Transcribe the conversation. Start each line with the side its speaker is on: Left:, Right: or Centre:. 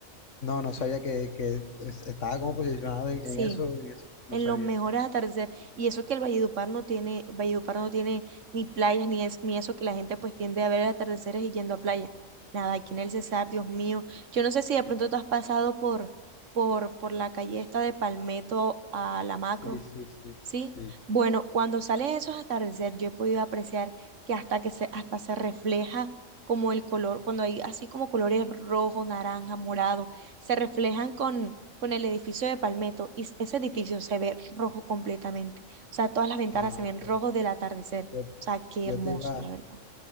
Left: no, no sabía que, que es- estaba como posicionado en,
Right: Sí.
Left: en eso, en eso, no
Right: en
Left: sabía.
Right: los mejores atardeceres. Y eso que el Valledupar no tiene, Valledupar no tiene ni playas, ni, es, ni eso que la gente pues tiende a ver atardeceres y yendo a playa. Nada, aquí en el Cesar, Dios mío. Yo no sé si de pronto tú has pasado por, por, por la calle esta de Palmetto a la Macro.
Left: Sí, sí, sí,
Right: ¿sí?
Left: sí.
Right: Bueno, cuando salen esos atardeceres, yo he podido apreciar que hasta que se, hasta se refleja como el color, cuando hay así como colores rojo, naranja, morado, se reflejan con, con el edificio de Palmetto y s- ese edificio se ve rojo completamente. O sea, todas las ventanas
Left: Ah,
Right: se ven
Left: ok.
Right: rojos del atardecer. O
Left: Yo,
Right: sea, qué
Left: yo
Right: hermoso,
Left: te iba,
Right: la verdad.